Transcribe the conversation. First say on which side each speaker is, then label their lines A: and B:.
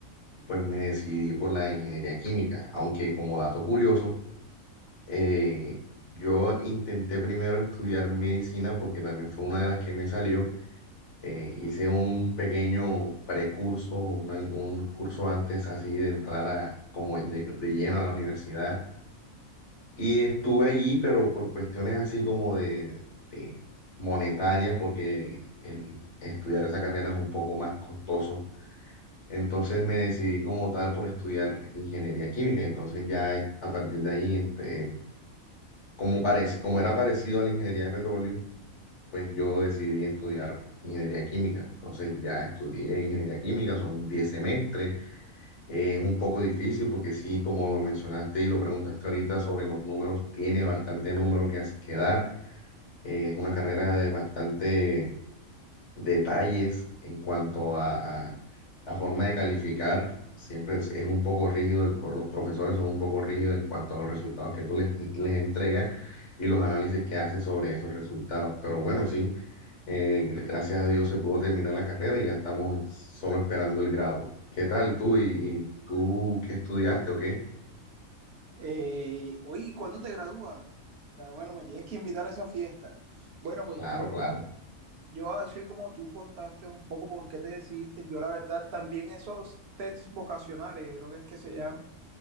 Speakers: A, on the left (about 60°); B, on the right (about 60°).
A: pues me decidí por la ingeniería química, aunque como dato curioso, eh, yo intenté primero estudiar medicina porque también fue una de las que me salió. eh, hice un pequeño precurso, una- un curso antes así de entrar a, como de, de lleno a la universidad y estuve allí, pero por cuestiones así como de, de monetarias, porque el el estudiar esa carrera es un poco más costoso entonces me decidí como tal por estudiar ingeniería química. y Entonces ya eh, a partir de ahí, ente- como parece, como era parecido a la ingeniería de petróleo, pues yo decidí estudiar ingeniería química. Entonces ya estudié ingeniería química, son 10 semestres. Eh, es un poco difícil porque sí, como lo mencionaste y lo preguntaste ahorita sobre los números, tiene bastante número que, as- que dar. Eh, es una carrera de bastante detalles en cuanto a, La forma de calificar siempre es, es un poco rígido, el pro- los profesores son un poco rígidos en cuanto a los resultados que tú les, les entregas y los análisis que haces sobre esos resultados. Pero bueno, sí, eh, gracias a Dios se pudo terminar la carrera y ya estamos solo esperando el grado. ¿Qué tal tú y, y tú qué estudiaste o qué?
B: Eh, oye, ¿y ¿cuándo te gradúas? Ah, Bueno, me tienes que invitar a esa fiesta. Bueno, pues
A: Claro,
B: yo,
A: claro.
B: yo así como tú contaste un poco por qué te decidiste, yo la verdad también esos tests vocacionales, creo que es que se llaman,